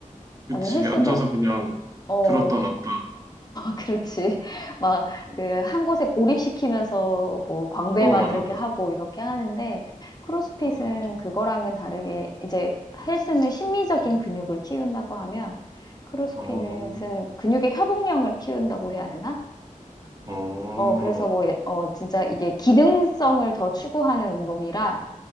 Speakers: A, on the right; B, on the left.
A: 그치.
B: 나는 헬스도
A: 앉아서 그냥
B: 어
A: 들었다 놨다.
B: 그렇지. <laughs> 막,
A: 음.
B: 그, 한 곳에 고립시키면서, 뭐, 광배만
A: 어, 맞아,
B: 이렇게
A: 맞아.
B: 하고, 이렇게 하는데, 크로스핏은
A: 맞아, 맞아.
B: 그거랑은 다르게, 이제, 헬스는 심미적인 근육을 키운다고 하면, 크로스핏은
A: 어,
B: 근육의 협응력을 키운다고 해야 되나?
A: 어,
B: 어, 그래서 뭐, 예- 어, 진짜 이게 기능성을 더 추구하는 운동이라,